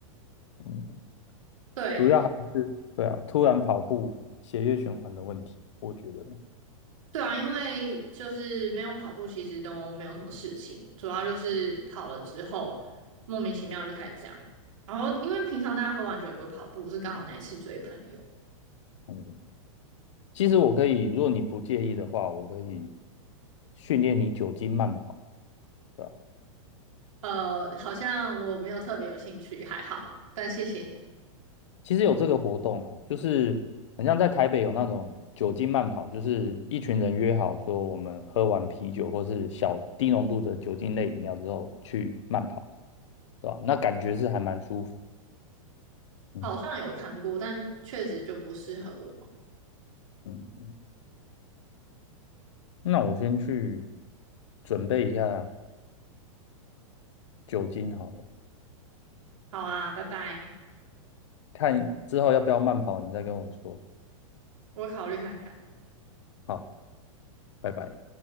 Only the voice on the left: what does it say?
嗯，
主要还是对啊，突然跑步血液循环的问题，我觉得。
嗯其实我可以，如果你不介意的话，我可以训练你酒精慢跑，对吧？
其实有这个活动啊，就是很像在台北有那种酒精慢跑，就是一群人约好说，我们喝完啤酒或是小低浓度的酒精类饮料之后去慢跑，对吧？那感觉是还蛮舒服。嗯
嗯，那我先去准备一下酒精好了，
看之后要不要慢跑，你再跟我说。
好，拜拜。